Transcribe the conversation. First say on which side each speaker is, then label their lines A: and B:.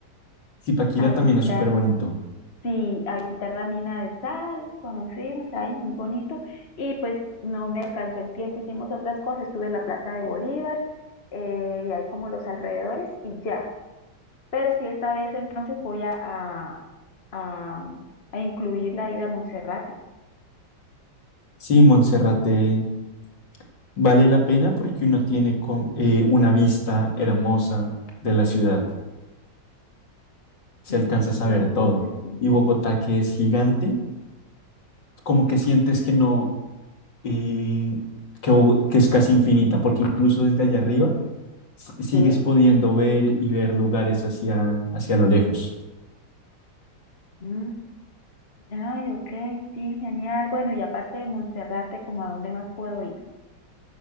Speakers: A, on the left; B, on the left.
A: Zipaquirá
B: a visitar
A: también es súper bonito.
B: Sí, a visitar la mina de sal, conocimos ahí, muy bonito, y pues no me alcanzó el tiempo, hicimos otras cosas, estuve en la Plaza de Bolívar, eh, y ahí como los alrededores, y ya. Pero sí, esta vez entonces voy a, a, a, a incluir la ida a Monserrate.
A: Sí, Monserrate vale la pena porque uno tiene con- eh, una vista hermosa de la ciudad. se
B: Mm,
A: alcanza a saber
B: y entonces
A: todo.
B: sí.
A: Y Bogotá, que es gigante, como que sientes que no, eh, que, Bogo- que es casi infinita, porque incluso desde allá arriba s- sigues
B: Sí.
A: pudiendo ver y ver lugares hacia, hacia lo lejos.
B: Mm, ay, ok, sí, genial. Bueno, y aparte de Monserrate, ¿como a dónde más puedo ir?